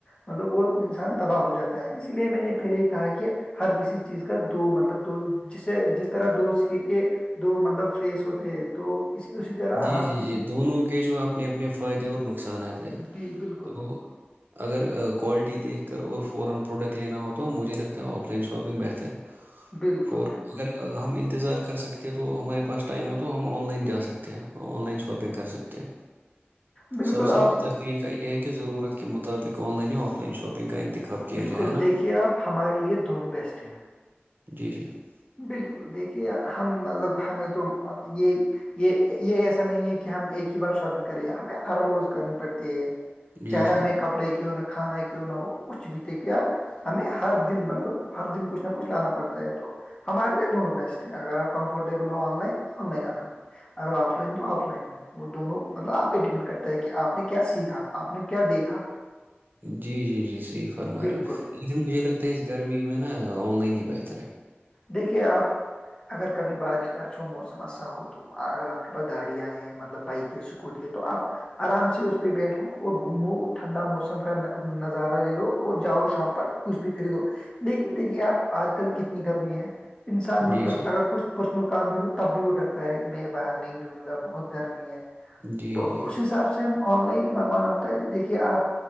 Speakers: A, on the left; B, on the right.
A: مطلب وہ انسان تباہ ہو جاتا ہے اسی لیے میں نے پہلے ہی کہا کہ ہر کسی چیز کا دو مطلب دو جسے جس طرح دو سکے کے دو مطلب فیس ہوتے ہیں دو اس اسی طرح
B: جی
A: ہر
B: جی
A: کسی
B: جی دونوں کے جو اپنے اپنے فائدے اور نقصانات ہیں
A: جی بالکل
B: تو <unintelligible>
A: بالکل بالکل
B: ف ا
A: بالکل
B: ہم انتظار کر سکتے تو ہمارے پاس ٹائم ہے تو ہم آن لائن جا سکتے ہیں آن لائن شاپنگ کر سکتے ہیں
A: بالکل
B: سب سے
A: آپ
B: بہتر طریقہ یہ ہے کہ ضرورت کے مطابق online offline shopping کا انتخاب کیا
A: بالکل
B: جائے ہے
A: دیکھیے
B: نا
A: آپ ہمارے لیے دونوں بیسٹ ہیں
B: جی جی <unintelligible>
A: بالکل دیکھیے ہم مطلب ہمیں تو یہ یہ یہ ایسا نہیں ہے کہ ہم ایک ہی بار شاپنگ کریں ہمیں ہر روز کرنی پڑتی ہے
B: جی
A: چاہے
B: جی
A: ہمیں کپڑے کیوں نہ کھانا کیوں نہ ہو کچھ بھی تھے کہ آپ ہمیں ہر دن مطلب ہر دن کچھ نہ کچھ لانا پڑتا ہے تو ہمارے لیے دونوں بیسٹ ہے اگر آپ کمفرٹیبل ہو آن لائن تو آن لائن اگر اگر آف لائن تو آف لائن <unintelligible> وہ دونوں مطلب آپ پہ ڈیپینڈ کرتا ہے کہ آپ نے کیا سیکھا آپ نے کیا دیکھا
B: جی جی جی صحیح فرما
A: بالکل
B: رہے ہیں لیکن مجھے لگتا ہے اس گرمی میں نا آن لائن ہی بہتر ہے
A: دیکھیے آپ اگر کبھی بارش وارش ہو موسم اسا ہو تو اگر آپ کے پاس گاڑیاں ہیں مطلب بائک ہے اسکوٹی ہے تو آپ آرام سے اس پہ بیٹھو اور گھومو ٹھنڈا موسم کا نظارہ لے لو اور جاؤ شاں پر کچھ بھی خریدو لیکن دیکھیے آپ آج کل کتنی گرمی ہے انسان مطلب
B: جی جی
A: اگر کچھ پرسنل کام بھی ہو تب بھی وہ ڈرتا ہے میں باہر نہیں نکلوں گا بہت گرمی ہے
B: جی
A: تو
B: جی
A: اس حساب سے آن لائن منگوانا ہوتا ہے دیکھیے آپ